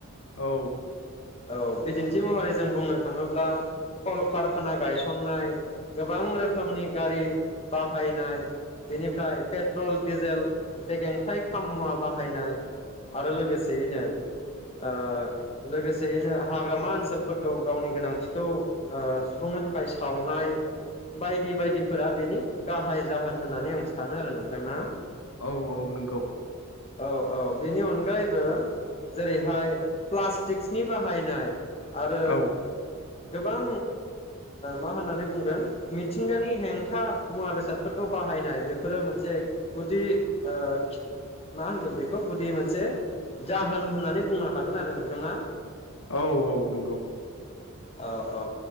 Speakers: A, on the left; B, on the left.
A: औ।
B: औ बिदिन्थि महरै जों बुंनो थाङोब्ला कल कारखाना गायसननाय गोबां रोखोमनि गारि बाहायनाय बेनिफ्राय पेट्रल दिजेल बेगेंथाइ खाममुवा बाहायनाय आरो लोगोसेयैनो ओ। लोगोसेयैनो हाग्रामा ओनसोलफोरखौ गावनि गोनांथिखौ सुफुंनो थाखाय सावनाय बायदि बायदिफोरा बेनि गाहाय जाहोन होननानै आं सानो आरो नोंथांना।
A: औ औ नंगौ।
B: औ औ बेनि अनगायैबो जेरैहाय प्लासटिकनि बाहायनाय आरो।
A: औ
B: गोबां मा होननानै बुंगोन मिथिंगानि हेंथा मुवा बेसादफोरखौ बाहायनाय बेफोरो मोनसे गुदि मा होनगोन बेखौ गुदि मोनसे जाहोन होननानै बुंनो हागोन आरो नोंथाङा
A: औ औ नंगौ।
B: औ औ